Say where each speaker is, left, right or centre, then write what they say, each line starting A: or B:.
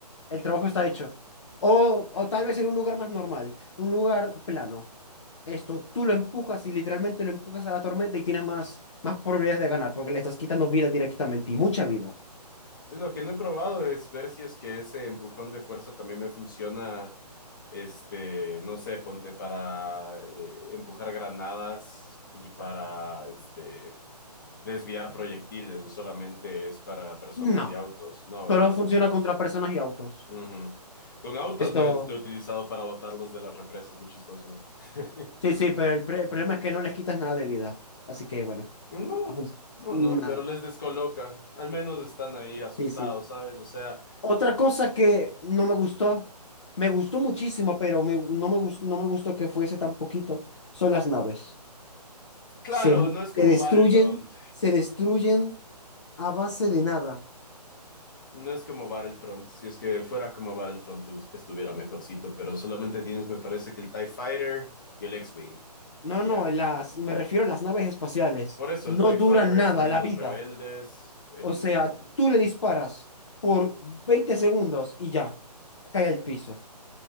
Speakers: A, on the left (about 45°); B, on the left (about 30°).
A: El trabajo está hecho. O, o tal vez en un lugar más normal, un lugar plano. Esto, tú lo empujas y literalmente lo empujas a la tormenta y tienes más, más probabilidades de ganar porque le estás quitando vida directamente y mucha vida.
B: Sí, lo que no he probado es ver si es que ese empujón de fuerza también me funciona, este, no sé, ponte para eh, empujar granadas y para, este, desviar proyectiles, o solamente es para personas
A: No,
B: y autos, ¿no? ¿Verdad?
A: solo funciona contra personas y autos.
B: Ujú. Con autos
A: Esto,
B: lo, he lo he utilizado para botarlos de las represas, muy chistoso. <laughs>
A: sí, sí, pero el, pre- el problema es que no les quitas nada de vida. Así que bueno,
B: No,
A: ha func-
B: no,
A: nada.
B: no, pero les descoloca. Al menos están ahí asustados,
A: Sí, sí.
B: ¿sabes? O sea,
A: Otra cosa que no me gustó, me gustó muchísimo, pero me- no me gustó, no me gustó que fuese tan poquito, son las naves.
B: claro,
A: Se, mu-
B: no es como
A: se destruyen,
B: Battlefront
A: se destruyen a base de nada.
B: No es como Battlefront, si es que fuera como Battlefront us- estuviera mejorcito, pero solamente tienes, me parece que el TIE Fighter y el X-Wing,
A: No,
B: y
A: no,
B: ya.
A: las, me refiero a las naves espaciales.
B: Por eso
A: No
B: el TIE
A: duran
B: Fighter
A: nada
B: es el de
A: la
B: los
A: vida.
B: rebeldes, el...
A: O sea, tú le disparas por 20 segundos y ya, cae al piso.